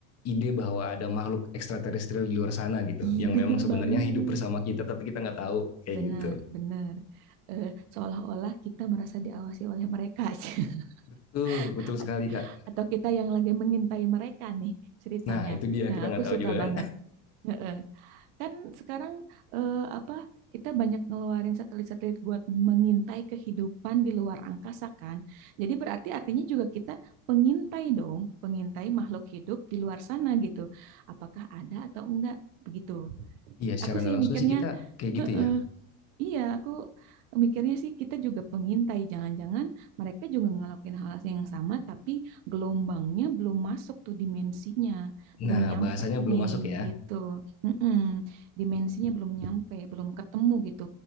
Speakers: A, on the left; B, on the right.
A: ide bahwa ada makhluk ekstraterestrial di luar sana gitu
B: Ih,
A: yang memang
B: bener
A: sebenarnya
B: banget.
A: hidup bersama kita tapi kita nggak tahu kayak
B: Benar,
A: gitu
B: benar. Eh, seolah-olah kita merasa diawasi oleh mereka. <laughs>
A: betul betul
B: <laughs>
A: sekali kak
B: atau kita yang lagi mengintai mereka nih ceritanya.
A: nah itu dia kita
B: Nah,
A: nggak
B: aku
A: tahu
B: suka
A: juga
B: banget.
A: kan
B: Heeh. Kan sekarang eh, apa kita banyak ngeluarin satelit-satelit buat mengintai kehidupan di luar angkasa kan. Jadi berarti artinya juga kita pengintai dong, pengintai makhluk hidup di luar sana gitu. Apakah ada atau enggak begitu.
A: iya <laughs> secara
B: Aku
A: nggak
B: sih
A: langsung
B: mikirnya,
A: sih kita kayak gitu
B: heeh.
A: ya
B: Iya, aku mikirnya sih kita juga pengintai. Jangan-jangan mereka juga ngelakuin hal yang sama, tapi gelombangnya belum masuk tuh dimensinya, belum
A: nah
B: nyampe
A: bahasanya
B: nih
A: belum masuk ya
B: gitu. Mm-mm. Dimensinya belum nyampe, belum ketemu gitu